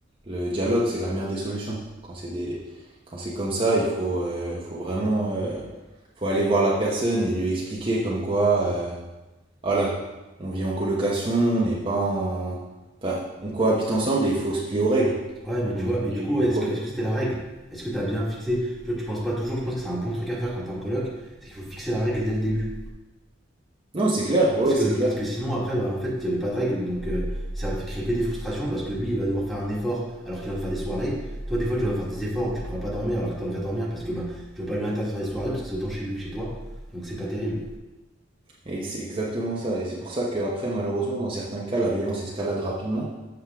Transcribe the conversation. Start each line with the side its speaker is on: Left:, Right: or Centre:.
Right: le dialogue c'est la meilleure des solutions. Quand c'est des... Quand c'est comme ça, il faut, euh, faut vraiment euh, faut aller voir la personne et lui expliquer comme quoi. euh, Voilà, on vit en colocation, on n'est pas en... Enfin, on cohabite ensemble et il faut se plier aux règles. Il
Centre: Ouais, mais
Right: Faut
Centre: tu
Right: mettre
Centre: vois, mais
Right: des
Centre: du
Right: règles
Centre: coup, ouais,
Right: en commun.
Centre: est-ce que, est-ce que c'était la règle Est-ce que t'as bien fixé Tu vois, tu penses pas toujours, je pense que c'est un bon truc à faire quand t'es en coloc, c'est qu'il faut fixer la règle dès le début.
Right: Non, c'est clair, ouais,
Centre: Parce que,
Right: c'est clair.
Centre: parce que sinon, après, bah, en fait, il n'y avait pas de règles. Donc, euh, ça va créer que des frustrations parce que lui, il va devoir faire un effort alors qu'il va faire des soirées. Toi, des fois, tu vas devoir faire des efforts où tu ne pourras pas dormir alors que tu aimerais dormir parce que bah, tu ne vas pas lui interdire de faire des soirées parce que c'est autant chez lui que chez toi. Donc, c'est pas terrible.
Right: Et c'est exactement ça. Et c'est pour ça qu'après, malheureusement, dans certains cas, la violence escalade rapidement.